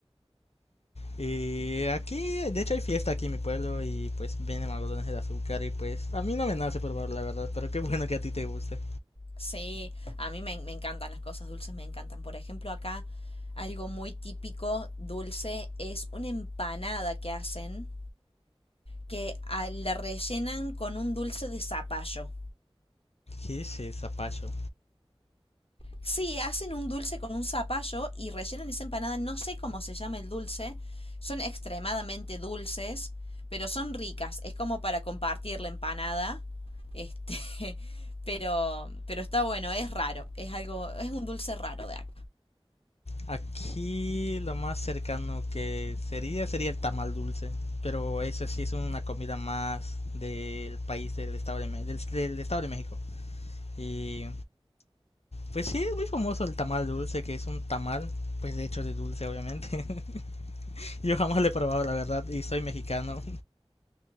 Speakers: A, on the left; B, on the left.
A: y aquí, de hecho, hay fiesta aquí en mi pueblo y pues vienen algodones de azúcar y pues a mí no me nace probar la verdad, pero qué bueno que a ti te guste.
B: Sí, a mí me, me encantan las cosas dulces, me encantan. Por ejemplo, acá algo muy típico dulce es una empanada que hacen que ah, la rellenan con un dulce de zapallo.
A: ¿Qué es esa pacho?
B: Sí, hacen un dulce con un zapallo y rellenan esa empanada. No sé cómo se llama el dulce. Son extremadamente dulces, pero son ricas. Es como para compartir la empanada. Este, <laughs> pero, pero está bueno, es raro. Es algo, es un dulce raro de acá.
A: Aquí lo más cercano que sería sería el tamal dulce, pero eso sí es una comida más del país del estado de, Me- del, del estado de México. Y pues sí es muy famoso el tamal dulce, que es un tamal pues de hecho de dulce obviamente. <laughs> Yo jamás lo he probado la verdad y soy mexicano,